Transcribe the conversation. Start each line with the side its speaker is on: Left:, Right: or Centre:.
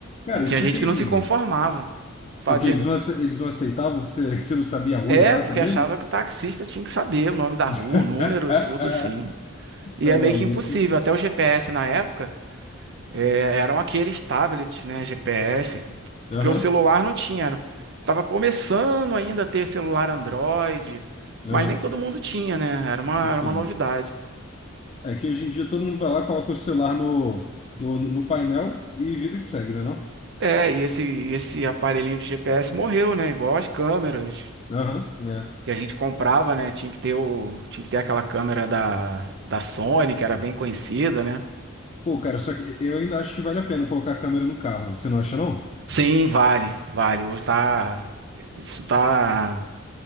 Left: Cara,
Right: E tinha
Left: e você
Right: gente
Left: tem.
Right: que não se conformava. Fala,
Left: O que
Right: diga.
Left: eles não, ace- eles não aceitavam que você, <laughs> que você não sabia a rua
Right: É,
Left: exata
Right: porque
Left: deles?
Right: achava que o taxista tinha que saber o nome da
Left: <laughs>
Right: rua, o número, tudo assim. E
Left: Tá
Right: é
Left: maluco.
Right: meio que impossível. Até o GPS na época é, eram aqueles tablets, né? GPS,
Left: Aham,
Right: porque o celular não tinha. era- Tava começando ainda a ter celular Android,
Left: aham,
Right: mas nem todo mundo tinha, né? Era uma,
Left: sim.
Right: era uma novidade.
Left: É que hoje em dia todo mundo vai lá, coloca o celular no, no, no painel e vida que segue, né não?
Right: É, e esse, esse aparelhinho de GPS morreu, né? Igual as câmeras.
Left: Aham, né?
Right: que a gente comprava, né? Tinha que ter o, tinha que ter aquela câmera da, da Sony, que era bem conhecida, né?
Left: Pô, cara, só que eu ainda acho que vale a pena colocar a câmera no carro. Você não acha, não?
Right: Sim, vale, vale. Hoje tá, isso tá,